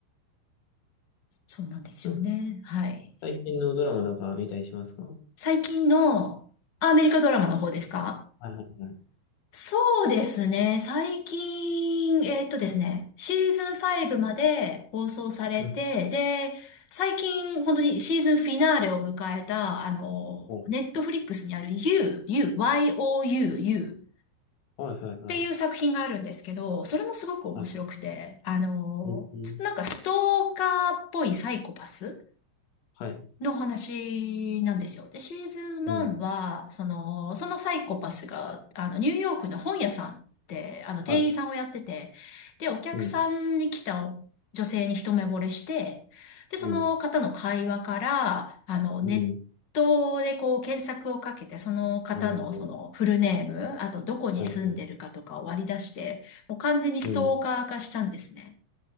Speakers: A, on the left; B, on the left.
A: そうなんですよね。
B: なんか
A: はい。
B: 最近のドラマとか見たりしますかは
A: 最近のアメリカドラマの方ですか
B: いはいはい
A: そうですね。最近、えーっとですね、シーズン5まで放送されて、
B: うん
A: で、最近、本当にシーズンフィナーレを迎えた、あの、
B: は
A: ネットフリックスにある You, You, YOU, You
B: いはいはい
A: っていう作品があるんですけど、それもすごく面白くて、
B: はい
A: あの、
B: うんうん
A: ちょっとなんかストーカーっぽいサイコパス
B: はい
A: の話なんですよ。で、シーズン1は、
B: うん
A: その、そのサイコパスが、あの、ニューヨークの本屋さんで、あの、
B: はい
A: 店員さんをやってて、で、お客さんに来た女性に一目惚れして、
B: うん
A: で、その方の会話から、
B: うん
A: あの、ネットでこう検索をかけて、
B: うん
A: その方のそのフルネーム、
B: おー
A: あとどこに住んでるかとかを割り出して、
B: はいはい
A: もう完全にストーカー化しちゃうんですね。
B: うん